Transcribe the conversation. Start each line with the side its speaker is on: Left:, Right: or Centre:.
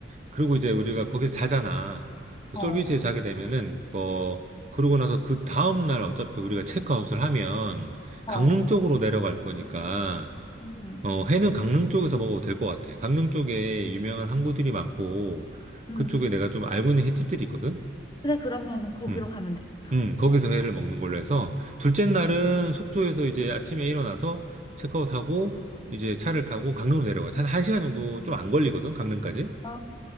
Right: 그리고 이제 우리가 거기서 자잖아. 그
Left: 어,
Right: 솔비치에 자게 되면은, 어, 그러고 나서 그 다음날 어차피 우리가 체크아웃을 하면, 강릉
Left: 어,
Right: 쪽으로 내려갈 거니까,
Left: 음,
Right: 어, 회는 강릉 쪽에서 먹어도 될 것 같아. 강릉 쪽에 유명한 항구들이 많고,
Left: 음.
Right: 그쪽에 내가 좀 알고 있는 횟집들이 있거든?
Left: 그래 그러면은 거기로
Right: 음.
Left: 가면 되겠다.
Right: 음, 거기서 회를 먹는 걸로 해서, 둘째 날은
Left: 음.
Right: 속초에서 이제 아침에 일어나서 체크아웃하고, 이제 차를 타고 강릉으로 내려가. 한 1시간 정도 좀 안 걸리거든, 강릉까지.
Left: 아,